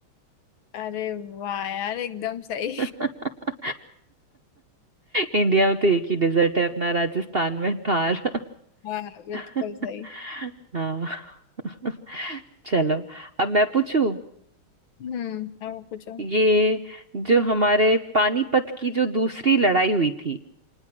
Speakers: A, on the left; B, on the right.
A: अरे वाह यार एकदम सही
B: <laughs> इंडिया में तो एक ही डेजर्ट है अपना राजस्थान में थार
A: हाँ बिल्कुल
B: <laughs>
A: सही
B: हाँ <laughs> चलो अब मैं पूछू
A: हम्म अब पूछो
B: ये जो हमारे पानीपत की जो दूसरी लड़ाई हुई थी